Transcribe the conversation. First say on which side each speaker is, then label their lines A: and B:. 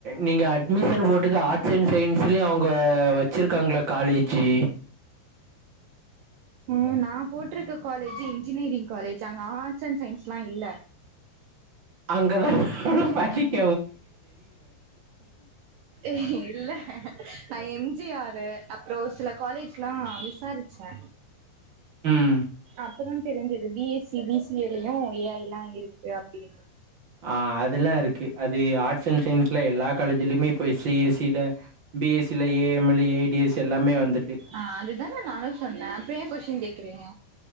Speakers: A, on the right (about 70°); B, on the right (about 85°).
A: நீங்க அட்மிஷன் போட்டது ஆர்ட்ஸ் அண்ட் சயின்ஸ்லயு அவுங்க வச் சிருக்காங்களா காலேஜு
B: ஏ நா போட்ருக்க காலேஜு இன்ஜினியரிங் காலேஜ் அங்க ஆர்ட்ஸ் அண்ட் சயின்ஸ்லா இல்ல
A: அங்கதா நு படிக்க
B: ஏ இல்ல நா எம்ஜிஆரு அப்றோஸ் சில காலேஜ்லா விசாரிச்சே
A: ம்
B: அப்பதா தெரிஞ்சது பிஎஸ்சி பிசிஎலயும் ஏஐ லா இருக்கு அப்படின்னு
A: ஆ அதெல்லா இருக்கு அது ஆர்ட்ஸ் அண்ட் சயின்ஸ்ல எல்லா காலேஜ்லயுமே இப்பொய் சிஎசில பிஎஸ்சில ஏ உம்மல் எடியஸ் எல்லாமே வந்துட்டு
B: ஆ அதுதான நானு சொன்னே அப்றோ ஏ கொஸ்டின் கேக்குறீங்க